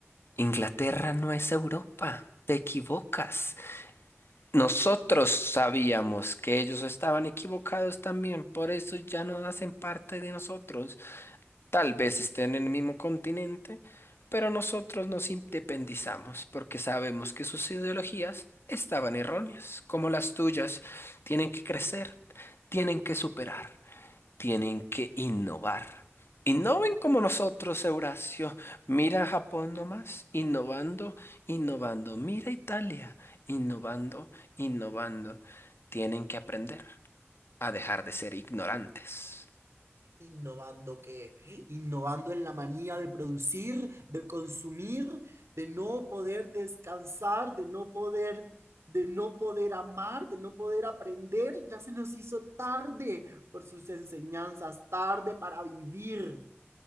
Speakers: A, on the left (about 60°); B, on the right (about 70°).
A: Inglaterra no es Europa. Te equivocas. Nosotros sabíamos que ellos estaban equivocados también, por eso ya no hacen parte de nosotros. Tal vez estén en el mismo continente, pero nosotros nos independizamos porque sabemos que sus ideologías estaban erróneas, como las tuyas. Tienen que crecer, tienen que superar, tienen que innovar. Innoven como nosotros, Eurasio. Mira a Japón nomás, innovando, innovando. Mira a Italia, innovando, innovando. Tienen que aprender a dejar de ser ignorantes.
B: ¿Innovando qué? Innovando en la manía de producir, de consumir, de no poder descansar, de no poder de no poder amar, de no poder aprender, ya se nos hizo tarde por sus enseñanzas, tarde para vivir.